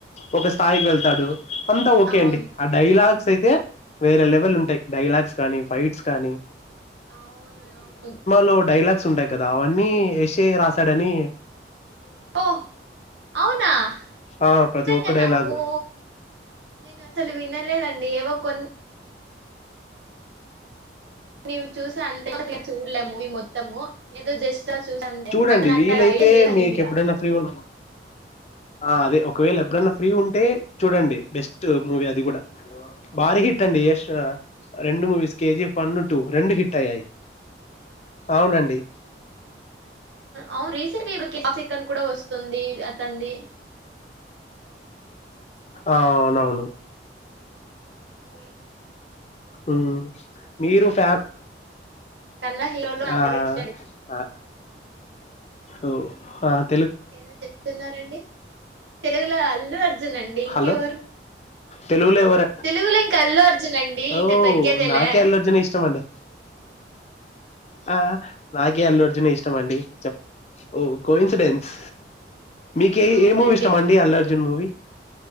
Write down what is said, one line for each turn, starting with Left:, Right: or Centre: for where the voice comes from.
Left: ఒక స్థాయికి వెళ్తాడు అంతా ఓకే
Right: అవును
Left: అండి ఆ డైలాగ్ <unintelligible> అయితే వేరే లెవెల్ ఉంటాయి డైలాగ్స్ కానీ ఫైట్స్ కానీ
Right: అవును అవును
Left: లో డైలాగ్స్ ఉంటాయి కదా అవన్నీ ఎష్ ఎ రాసాడని
Right: ఓ అవునా
Left: ఆ ప్రతి
Right: నిజంగానా
Left: ఒక్క డైలాగ్
Right: ఓ నేను అసలు వినలేదండి ఏవో కొన్ నీవ్వు చూసా అంతే <unintelligible> చూడలేము మొత్తము ఏదో జస్ట్ చూస అంతే
Left: చూడండి
Right: <unintelligible> అంత
Left: వీలైతే
Right: ఐడియా లేద
Left: మీకు
Right: నీమీద
Left: ఎప్పుడైనా ఫ్రీ ఉ ఆ అదే ఒకవేళ ఎప్పుడన్న ఫ్రీ ఉంటే చూడండి బెస్ట్ టు మూవి అది కూడా భారీ హిట్ అండి
Right: ఆ అవును
Left: యష్ రెండు మూవీస్ కే జీ ఫ్ వన్ టూ రెండు హిట్ అయ్యాయి అవునండి
Right: అవు రీసెంట్ గ ఇప్పుడు <unintelligible> సిక్ అని కూడా వస్తుంది అతనిది
Left: అవునవును
Right: ఉయ్
Left: ఊ మీరు ఫ్యామ్
Right: కన్నా హీరోలో నా
Left: ఆ
Right: ఫేవరెట్ అండి
Left: ఆ ఓ ఫాన్
Right: ఏదో చెప్తున్నారండి తెలుగులో అల్లు అర్జున్ అండి ఇంకెవరు
Left: హలో తెలుగులో ఎవర
Right: తెలుగులో ఇంక అల్లు అర్జున్ అండి
Left: ఓ
Right: ఇంక తగ్గేదే
Left: నాకే
Right: లా
Left: అల్లు అర్జున్ ఇష్టం అండి ఆ నాకీ అల్లుఅర్జున్ ఏ ఇష్టం అండి చెప్ ఓ కో ఇన్సిడెన్స్
Right: ఆ,
Left: మీకేయి
Right: అవునండి
Left: ఏ మూవీ ఇష్టాం అండి అల్లుఅర్జున్ మూవీ